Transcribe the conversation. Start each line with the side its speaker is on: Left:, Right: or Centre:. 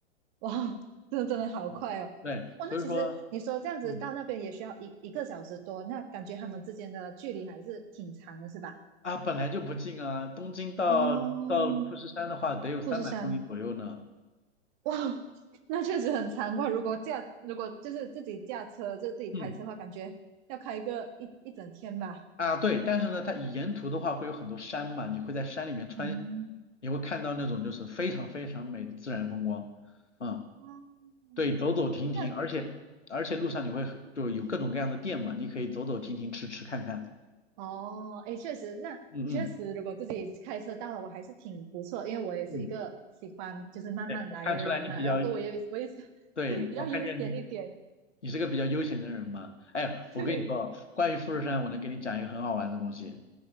Right: 哇哦，真的真的好快哦。
Left: 嗯，对，
Right: 哇，
Left: 所以说，
Right: 那其实你说这样子到那边也需要一一个小时多，
Left: 嗯，
Right: 那感觉他们之间的距离还是挺长的，是吧？
Left: 啊，本来就不近啊，东京到到富士山的话得有三百公里左右呢，
Right: 哦，富士山，哇哦，那确实很长哇。如果驾，如果就是自己驾车，就是自己开车的话，
Left: 嗯，
Right: 感觉要开个一一整天吧。
Left: 啊，对，但是呢，它沿途的话会有很多山嘛，你会在山里面穿，
Right: 嗯。
Left: 你会看到那种就是非常非常美的自然风光，嗯。
Right: 嗯，
Left: 对，走走停停，
Right: 那
Left: 而且而且路上你会很就有各种各样的店嘛，你可以走走停停，吃吃看看。
Right: 哦，诶，确实，那确实，
Left: 嗯嗯
Right: 如果自己开车到了，我还是挺不错，因为我也是一个喜欢就是慢慢来的人嘛，
Left: 嗯，对，我看出来你比较，
Right: 然后我也我也是 <laughs>
Left: 对，
Right: 对比较悠闲一点，
Left: 我看见你你是个比较悠闲的人嘛。哎，
Right: 对，
Left: 我跟你说，关于富士山，我能给你讲一个很好玩的东西。